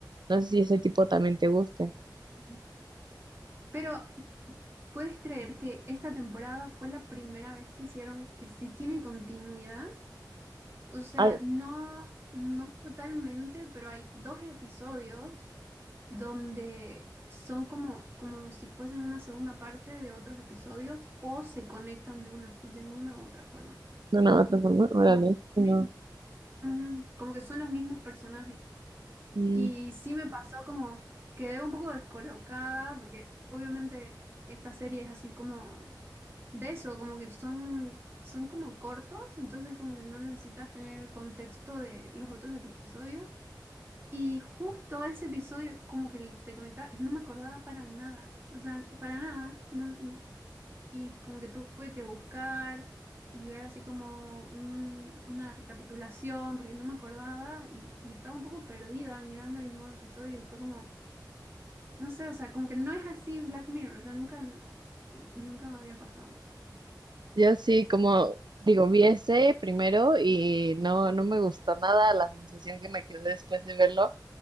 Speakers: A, on the right (about 75°); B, on the right (about 30°).
A: No sé si ese tipo también te guste.
B: Sí. Pero, ¿puedes creer que esta temporada fue la primera vez que hicieron que sí tiene continuidad? O sea,
A: Ah,
B: no, no totalmente, pero hay dos episodios donde son como, como si fuesen una segunda parte de otros episodios o se conectan de una, de una u otra forma.
A: bueno, de una u otra forma, órale,
B: Como que, es
A: si
B: el
A: no.
B: mismo- ujú, como que son los mismos personajes.
A: mm.
B: Y sí me pasó como quedé un poco descolocada, porque obviamente esta serie es así como de eso, como que son, son como cortos, entonces como que no necesitas tener el contexto de los otros episodios. Y justo ese episodio como que se conectaba, no me acordaba para nada, o sea, para nada. No, y como que tuve que buscar y ver así como un- una recapitulación, porque no me acordaba y, y estaba un poco perdida mirando el nuevo episodio y fue como, no sé, o sea, como que no es así Black Mirror, o sea, nunca, nunca me había pasado.
A: Yo sí, como digo, vi ese primero y no, no me gustó nada la sensación que me quedó después de verlo